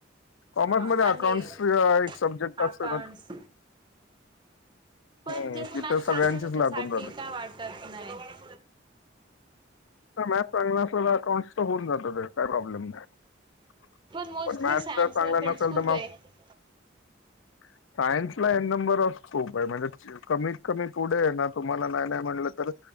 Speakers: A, on the left; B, on the right.
A: कॉमर्स
B: हा
A: मध्ये अकाउंट्स
B: आणि
A: एक सब्जेक्ट असतं
B: अकाउंट्स
A: ना
B: पण
A: हं,
B: ज्याचं
A: तिथं
B: मॅथ चांगलं
A: सगळ्यांचीच
B: त्याच्यासाठी
A: लागून जाते.
B: काय वाटत नाही.
A: हा मॅथ चांगलं असलं त अकाउंट्सचं होऊन जातं ते काय प्रॉब्लेम <unintelligible>
B: मोस्टली
A: पण मॅथ्स
B: सायन्सला
A: जर चांगलं
B: फील्ड्स
A: नसल
B: खूप
A: तर मग
B: आहे
A: <inaudible> सायन्सला हे नंबर ऑफ स्कोप आहे म्हणजे कमीत कमी पुढे आहे ना तुम्हाला नाही नाही म्हणलं तर